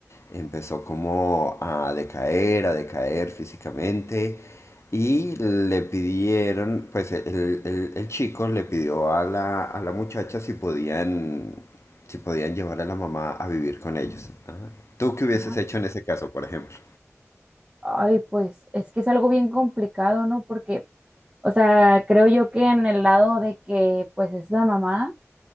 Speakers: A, on the left (about 65°); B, on the right (about 15°).
A: empezó como a decaer, a decaer físicamente y le pidieron, pues el, el- el chico le pidió a la, a la muchacha si podían, si podían llevar a la mamá a vivir con ellos. Ajá. ¿Tú qué hubieses
B: Ajá.
A: hecho en ese caso, por ejemplo?
B: Ay, pues es que es algo bien complicado, ¿no? Porque, o sea, creo yo que en el lado de que pues es la mamá,